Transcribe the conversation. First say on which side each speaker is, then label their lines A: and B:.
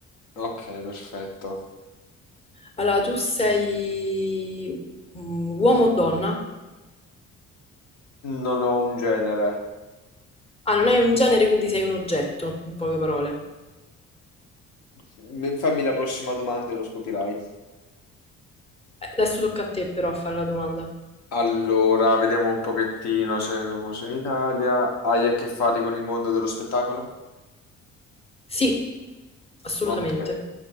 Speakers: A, on the left; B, on the left.
A: ok, perfetto.
B: Allora, tu sei mm, uomo o donna?
A: Non ho un genere.
B: Ah, non hai un genere, quindi sei un oggetto, in poche parole.
A: Mi- Fammi la prossima domanda e lo scoprirai.
B: Eh, Adesso tocca a te però a fare la domanda.
A: Allora, vediamo un pochettino se è famoso in Italia. Hai a che fare con il mondo dello spettacolo?
B: Sì, assolutamente.
A: Ok,